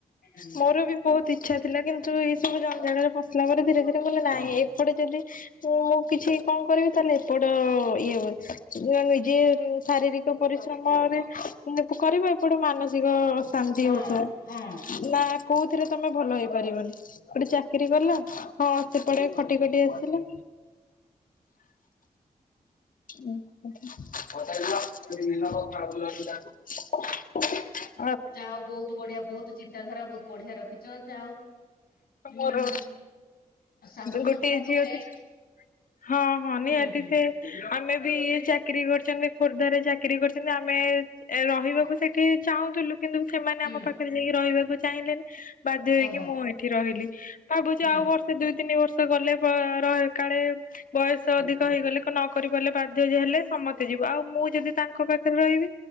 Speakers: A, on the left (about 80°); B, on the left (about 60°).
A: ହୁଁ
B: ମୋର ବି ବହୁତ୍ ଇଛା ଥିଲା, କିନ୍ତୁ ଏଇ ସବୁ ଜଞ୍ଜାଳରେ ପଶିଲା ପରେ ଧୀରେ-ଧୀରେ ବୋଲେ ନାହିଁ ଏପଟେ ଯଦି ମୁଁ ଆଉ କିଛି କଣ କରିବି, ତାହେଲେ ଏପଟ ଇଏ ହବ ନିଜେ ଶାରୀରିକ ପରିଶ୍ରମରେ କରିବ, ଏପଟେ ମାନସିକ ଅଶାନ୍ତି
A: ହଁ
B: ହଉଥବ।
A: ହଁ।
B: ନା, କୋଉଥିରେ ତମେ ଭଲ ହେଇପାରିବନି। ଗୋଟେ ଚାକିରି କଲା ହଁ ସେପଟେ ଖଟି ଖଟି ଆସିଲା <inaudible>
A: ଯା ହଉ ବହୁତ ବଢିଆ, ବହୁତ ଚିନ୍ତାଧାରା ବହୁତ ବଢିଆ ରଖିଚ ଯାହା ହଉ ହୁଁ,
B: ମୋର
A: ଶାଶୁ
B: ଗୋଟେ
A: ଶଶୁରଙ୍କୁ
B: ଝିଅ
A: ବି ରେଷ୍ଟ
B: ଥିଲା ହଁ ହଁ ନିହାତି
A: ହୁଁ ହୁଁ
B: ସେ ଆମେ ବି ଚାକିରୀ କରିଚନ୍ତି, ଖୋର୍ଦ୍ଧରେ ଚାକିରୀ କରିଚନ୍ତି ଆମେ ଏ ରହିବାକୁ ସେଠି ଚାହୁଁଥିଲୁ କିନ୍ତୁ ସେମାନେ
A: ହୁଁ
B: ଆମ ପାଖରେ ଯାଇ ରହିବାକୁ ଚାହିଁଲେନି, ବାଧ୍ୟ ହେଇକି
A: ଓହୋ
B: ମୁଁ ଏଠି ରହିଲି। ଭାବୁଚି
A: ହୁଁ
B: ଆଉ ବର୍ଷେ, ଦୁଇ, ତିନି ବର୍ଷ ଗଲେ ର କାଳେ ବୟସ
A: ହୁଁ
B: ଅଧିକ ହେଇଗଲେ ନ କ କରିପାରଲେ ବାଧ୍ୟ ଯେ ହେଲେ ସମସ୍ତେ ଯିବୁ। ଆଉ ମୁଁ ଯଦି ତାଙ୍କ ପାଖରେ ରହିବି